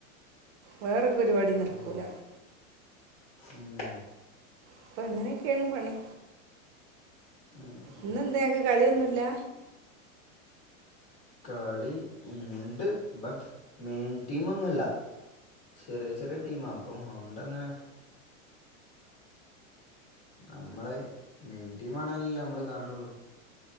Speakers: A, on the right (about 55°); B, on the left (about 30°).
A: വേറൊരു പരിപാടി നടക്കൂല
B: ഓ ഉം
A: അപ്പൊ അങ്ങനെയൊക്കെയാണ് പണി
B: ഉം ഉം
A: ഇന്ന് എന്താ ഇയാക്കെ കളിയൊന്നുമി ല്ല
B: കളി ഇണ്ട് ബട്ട് മെയിൻ ടീമൊന്നുമല്ല ചെറിയ ചെറിയ ടീമാ ഇപ്പം ഔണ്ട് അങ്ങനെ നമ്മളെ മെയിൻ ടീ ആണല്ലല്ലേ നമ്മള് കാണുള്ളു